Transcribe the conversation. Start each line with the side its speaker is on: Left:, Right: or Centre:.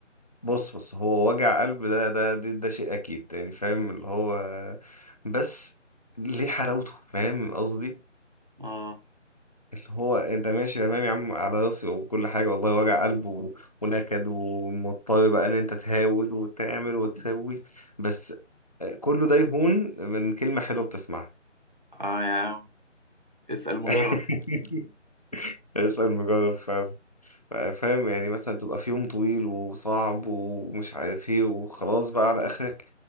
Left: بص بص هو وجع قلب ده ده ده, ده شيء اكيد يعني فاهم اللي هو بس ليه حلاوته فاهم قصدي
Right: اه
Left: اللي هو انت ماشي تمام يا عم على راسي وكل حاجة والله وجع قلب و- ونكد ومضطر بقى ان انت تهاود وتعمل وتسوي بس كله ده يهون من كلمة حلوة بتسمعها
Right: اه يا عم اسال مجرب
Left: <laughs> اسأل مجرب فعلا فاهم يعني مثلا تبقى في يوم طويل وصعب ومش عارف ايه وخلاص بقى على اخرك